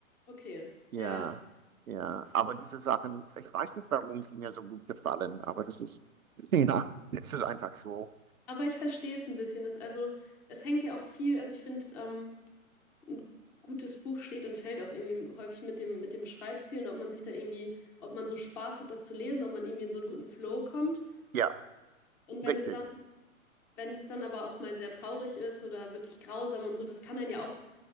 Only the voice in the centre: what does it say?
Okay,
ja.
Aber ich verstehe es ein bisschen. Es, also, es hängt ja auch viel, also ich finde, ähm, ein gutes Buch steht und fällt auch irgendwie häufig mit dem, mit dem Schreibstil und ob man sich da irgendwie, ob man so Spaß hat, das zu lesen, ob man irgendwie in so einen guten Flow kommt.
Und wenn
es dann Wenn das dann aber auch mal sehr traurig ist oder wirklich grausam und so, das kann einen ja auch,